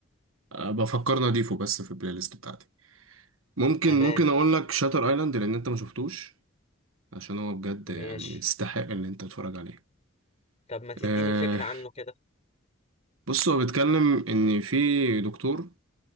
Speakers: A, on the right; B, on the left.
A: بفكر اضيفه بس في البلاي ليست بتاعتي ممكن
B: تمام
A: ممكن اقول لك شاتر ايلاند لان انت ما شفتوش عشان هو بجد
B: ماشي
A: يعني يستحق ان انت تتفرج عليه
B: طب ما تديني
A: أه
B: فكرة عنه كده
A: بص هو بيتكلم ان في دكتور